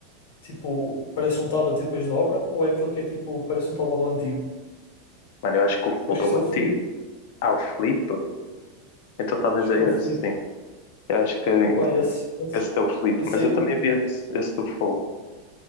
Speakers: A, on the left; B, on the left.
A: tipo, parece um tablet e depois dobra, ou é aquele que é tipo, parece um telemóvel antigo?
B: Mano, eu acho que o Fold
A: Eu acho que
B: é o
A: isso é
B: antigo.
A: o Flip,
B: Ah, o Flip? Então talvez
A: acho
B: é
A: que é o Flip,
B: esse, sim. Eu acho que então
A: pá, esse, esse,
B: esse teu Filipe,
A: esse
B: mas
A: aí
B: eu
A: eu
B: também
A: curto.
B: vi esse, esse do Fogo.